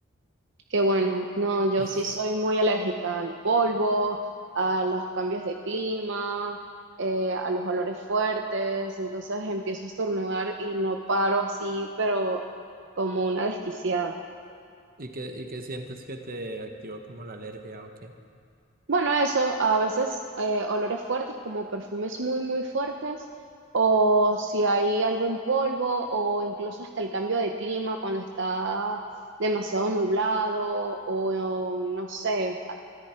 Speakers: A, on the right; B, on the right.
A: Que bueno, no, yo
B: <laughs>
A: sí soy muy alérgica al polvo, a los cambios de clima, eh, a los olores fuertes, entonces empiezo a estornudar y no paro así, pero como una desquiciada.
B: ¿Y qué, y qué sientes que te activó como la alergia o qué?
A: Bueno, eso, a veces eh, olores fuertes como perfumes muy, muy fuertes, o si hay algún polvo, o incluso hasta el cambio de clima cuando está demasiado nublado, o, no sé, a-